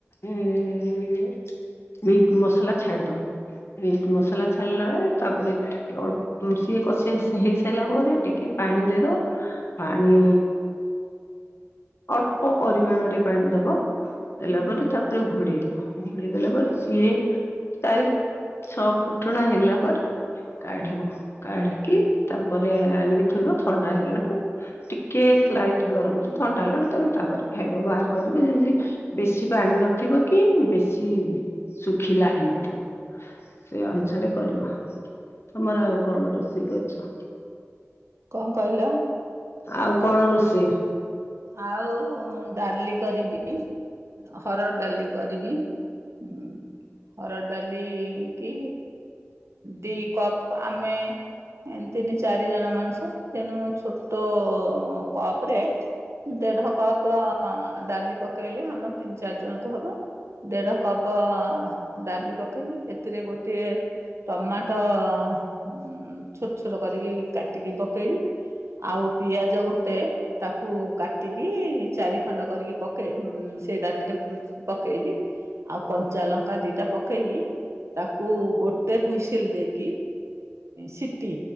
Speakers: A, on the left; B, on the right.
A: ଏଁ ମିଟ ମସଲା ଛାଡିଦବ। ମିଟ୍ ମସଲା ଛାଡ଼ିଲାଏ ତାପରେ ଟିକ ଅଳ୍ପ ସିଏ କଷି ଆସି ହେଇ ସାରିଲା ପରେ ଟିକେ ପାଣି ଦେଇଦବ ପାଣି ଅଳ୍ପ ପରିମାଣରେ ପାଣି ଦ ଦବ ଦେଲା ପରେ ତାପରେ ଘୋଡେଇ ଦବ ଘୋଡେଇ ଦେଲା ପରେ ସିଏ ଚାରି ଛଅ ଫୁଟଣା ହେଲା ପରେ କାଢିବ କାଢିକି ତାପରେ ଆଣିକି ଥୋଇବ ଥଣ୍ଡା ହେଲାଠୁ ଟିକେ ସ୍ଲାଇଟ ଗରମ ତ ଥଣ୍ଡା ହେଲାଠୁ ତମେ ତାପରେ ଖାଇବ ବାହାର କରିବ ଯେମିତି ବେଶୀ ପାଣି ନଥିବ କି କି ବେଶୀ ଶୁଖିଲା ହେଇନଥିବ। ସେ ଅନୁସାରେ କରିବ ତମର ଆଉ କଣ ରୋଷେଇ କରିଚ?
B: କଣ କହିଲ?
A: ଆଉ କଣ ରୋଷେଇ?
B: ଆଉ ଡାଲି କରିବି ହରଡ଼ ଡାଲି କରିବି ହୁଁ। ହରଡ଼ ଡାଲି କି ଦି କପ ଆମେ ଏ ତିନି ଚାରି ଜଣ ମଣିଷ ତେଣୁ ଛୋଟ କପ ରେ ଦେଢ କପ ଡାଲି ପକେଇଲେ ଆମର ତିନି ଚାରି ଜଣଙ୍କୁ ହବ ଦେଢ କପ ଡାଲି ପକେଇବି ସେଥିରେ ଗୋଟିଏ ଟମାଟୋ ଉ ଛୋଟ ଛୋଟ କରିକି କାଟିକି ପକେଇବି। ଆଉ ପିଆଜ ଗୋଟେ ତାକୁ ବାଟିକି ଚାଟିଖଣ୍ଡ କରିକି ପକେଇବି ସେ ଡାଲିରେ ପକେଇବି କଞ୍ଚା ଲଙ୍କା ଦିଟା ପକେଇକି ତାକୁ ଗୋଟେ ହୁସିଲ ଦେଇକି ସିଟି